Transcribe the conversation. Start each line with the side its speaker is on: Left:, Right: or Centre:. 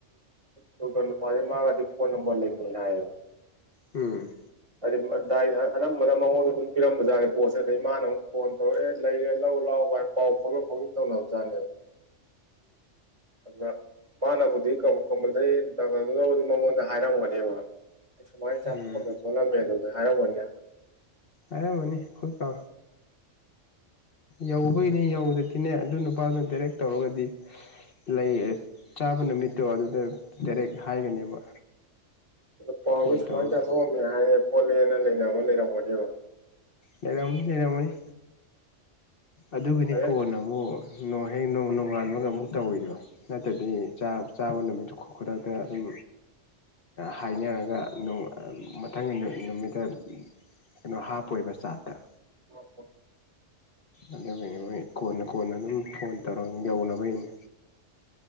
Right: ꯇ ꯐꯦ ꯃꯥꯒꯗꯤ ꯐꯣꯟ ꯅꯝꯕꯔ ꯂꯩꯅꯤ ꯍꯥꯏ
Left: ꯎꯝ
Right: ꯍꯥꯏꯩ ꯗꯥꯏ ꯑꯅꯝꯕꯅ ꯃꯉꯣꯟꯗ ꯑꯗꯨꯝ ꯄꯤꯔꯝꯕꯖꯥꯔꯦ ꯄꯣꯠꯁꯦ ꯑꯗꯒꯤꯩ ꯃꯥꯅ ꯑꯃꯨꯛ ꯐꯣꯟ ꯇꯧꯔꯛꯑꯦ ꯂꯩꯔꯦ ꯂꯧ ꯂꯥꯎꯒꯥꯏ ꯄꯥꯎ ꯐꯥꯎ ꯐꯥꯎꯩ ꯇꯧꯥꯎꯅꯅ ꯑ ꯃꯥꯅꯕꯨꯗꯤ ꯀꯝꯄꯜꯁꯔꯤ ꯗꯥꯛꯇꯔꯗꯨꯅꯕꯨꯗꯤ ꯃꯉꯣꯟꯗ ꯍꯥꯏꯔꯝꯒꯅꯦꯕ ꯑꯩ ꯁꯨꯃꯥꯏꯅ ꯆꯥꯊꯣꯛꯑꯝꯃꯦ
Left: ꯎꯝ
Right: ꯈꯣꯠꯂꯝꯃꯦ ꯑꯗꯨꯗ ꯍꯥꯏꯔꯝꯕꯅꯦ
Left: ꯑꯔꯦꯃꯅꯤ ꯍꯣꯏ ꯀ ꯌꯎ ꯑꯩꯈꯣꯏꯅꯦ ꯌꯧꯗꯗꯤꯅꯦ ꯑꯗꯨ ꯅꯨꯄꯥꯗꯨ ꯗꯥꯏꯔꯦꯛ ꯇꯧꯔꯒꯗꯤ ꯂꯩ ꯆꯥꯕ ꯅꯨꯃꯤꯠꯇꯣ ꯑꯗꯨꯗ ꯗꯥꯏꯔꯦꯛ ꯍꯥꯏꯒꯅꯦꯕ
Right: ꯑꯣ ꯄꯥꯎꯔꯗꯨ
Left: ꯐꯣꯟ
Right: ꯁꯨꯃꯥꯏꯅ
Left: ꯇꯧꯔꯒ
Right: ꯆꯥꯊꯣꯛꯑꯝꯃꯦ ꯍꯥꯏꯔꯦ ꯈꯣꯠꯂꯦꯅ ꯂꯩꯅꯕ ꯂꯩꯔꯝꯒꯅꯦꯕ
Left: ꯂꯩꯔꯝꯅꯤ ꯂꯩꯔꯝꯃꯅꯤ ꯑꯗꯨꯒꯤꯅꯤ
Right: ꯗꯥꯏꯔꯦꯛ
Left: ꯀꯣ ꯅ ꯑꯃꯛ ꯅꯣꯡ ꯍꯦꯛ ꯅꯣꯡ ꯅꯣꯡꯉꯥꯟꯕꯒ ꯑꯃꯨꯛ ꯇꯧꯋꯤꯗꯣ ꯅꯠꯇꯗꯤꯅꯦ ꯆꯥꯕ ꯅꯨꯃꯤꯠ ꯈꯨꯗꯥꯥꯗ ꯑꯗꯨꯝ ꯍꯥꯏꯅꯔꯒ ꯃꯊꯪꯒꯤ ꯅꯨꯃꯤꯠꯇ ꯀꯩꯅꯣ ꯍꯥꯞꯄꯣꯏꯕ ꯆꯥꯇ
Right: ꯑh.
Left: ꯑꯗꯨꯅꯦ ꯃꯣꯏ ꯀꯣꯟꯅ ꯀꯣꯟꯅ ꯑꯗꯨꯝ ꯐꯣꯟ ꯇꯧꯔ ꯌꯧꯅꯕꯩꯅꯤ